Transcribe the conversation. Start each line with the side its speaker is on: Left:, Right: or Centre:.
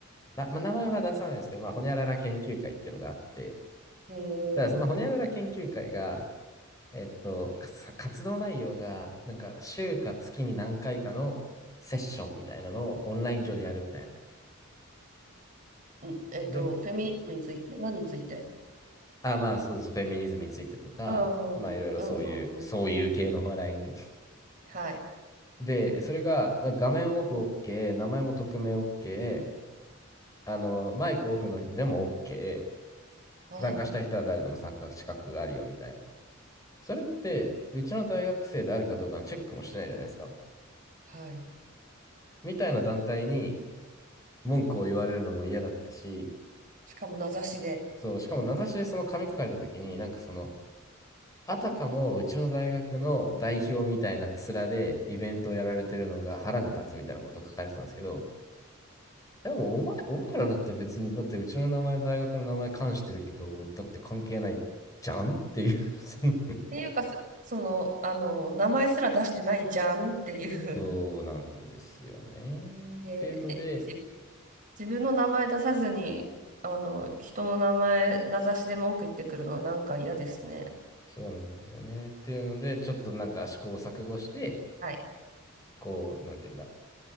Left: な、まあ、名前は出さないですけど、まあ、ほにゃらら研究会っていうのがあって、
Right: えー
Left: ただそのほにゃらら研究会が、えっと、かさ活動内容が、なんか、週か月に何回かのセッションみたいなのをオンライン上でやるみたいな。
Right: うんえっと、
Left: でも、
Right: フェミニズムについて、何について
Left: あ、まあ、そうそう、フェミニズムについてとか、
Right: うん、
Left: まあ、
Right: うん、
Left: いろいろそういう、
Right: うん、うん。
Left: そういう系の話題に。
Right: はい。
Left: で、それがな画面オフ OK、名前も匿名 OK、あの、マイクオフの人でも OK、
Right: あ
Left: 参加したい人は誰でも参加資格があるよみたいな。それって、うちの大学生であるかどうかのチェックもしてないじゃないですか。
Right: あ、はい。
Left: みたいな団体に文句を言われるのも嫌だったし、
Right: しかも名指しで。
Left: そう、しかも名指しでその紙書かれた時に、なんかその、あたかもうちの大学の代表みたいな面でイベントをやられてるのが腹が立つみたいなことを書かれてたんですけど、でもお前、お前らだって別に、だってうちの名前、大学の名前冠してるけど、だって関係ないじゃんっていう <laughs> その
Right: っていうか、すその、あの、名前すら出してないじゃんっていう。
Left: そうなんですよね。
Right: <laughs>
Left: っていうので、
Right: で、ね、じ自分の名前出さずに、あの、人の名前、名指しで文句言ってくるのはなんか嫌ですね。
Left: そうなんですよね。っていうので、ちょっとなんか試行錯誤して、
Right: はい。
Left: こう、なんていうんだ。